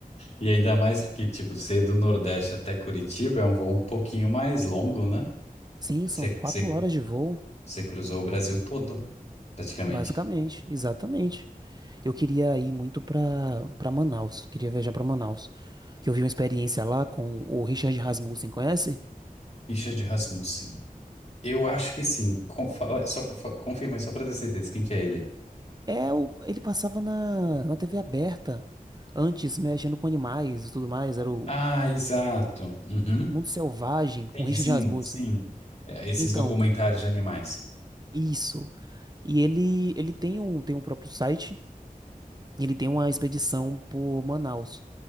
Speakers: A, on the left; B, on the right.
A: E ainda mais porque, tipo, ser do Nordeste até Curitiba é um voo um pouquinho mais longo, né?
B: Sim,
A: Você
B: são quatro
A: você
B: horas de voo,
A: você cruzou o Brasil todo, praticamente.
B: basicamente, exatamente. Eu queria ir muito pra, pra Manaus, queria viajar pra Manaus. Que eu vi uma experiência lá com o Richard Rasmussen, conhece?
A: Richard Rasmussen. Eu acho que sim. Com- fala- só pra, fa- confirma aí, só pra ter certeza. Quem que é ele?
B: É, o, ele passava na, na TV aberta, antes mexendo com animais e tudo mais, era o
A: Ah, exato. Uhum.
B: Mundo Selvagem com
A: Sim,
B: Richard
A: sim.
B: Rasmussen.
A: sim. É, esses
B: Então,
A: documentários de animais.
B: isso. E ele, ele tem um, tem um próprio site Ele tem uma expedição por Manaus.